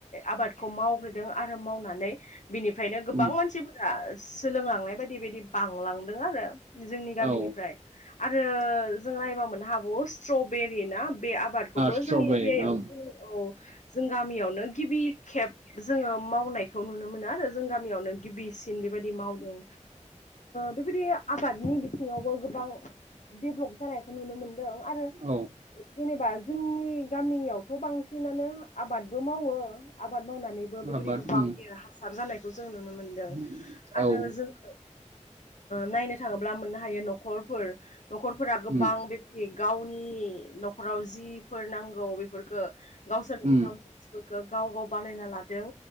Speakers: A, on the left; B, on the right.
A: आबादखौ मावग्रोदों आरो मावनानै बिनिफ्रायनो गोबां
B: उम
A: मानसिफोरा सोलोंलांनाय बायदि-बायदि बांलांदों आरो जोंनि गामिनिफ्राय
B: औ ओ
A: आरो जों नायबा मोननो हागौ स्ट्रावबेरि ना बे आबाद खौबो
B: स्ट्रबेरि
A: जोंनि एरियायाव
B: औ
A: जों औ जों गामियावनो गिबि खेब जोङो मावनायखौ नुनो मोनो आरो जों गामियावनो गिबिसिन बे बेबायदि मावदों बेबायदि आबादनि बिथिङावबो गोबां डेभ्लप जानायखौ नुनो मोनो दों आरो
B: औ
A: जेनेबा जोंनि गामियावथ' बांसिनानो आबादबो मावो आबाद मावनानैबो बेबायदि
B: आबाद
A: गोबां
B: उम
A: देरहासार जानायखौ जों नुनो मोनदों
B: उम,
A: आरो
B: औ उम
A: जोङो नायनो थाङोब्ला मोननो हायो न'खरफोर, न'खरफोरा गोबां
B: उम
A: बेबायदि गावनि न'खराव जिफोर नांगौ बेफोरफोरखौो गावसोर इनकाम
B: उम,
A: सर्सफोरखौ गाव गाव बानायना लादों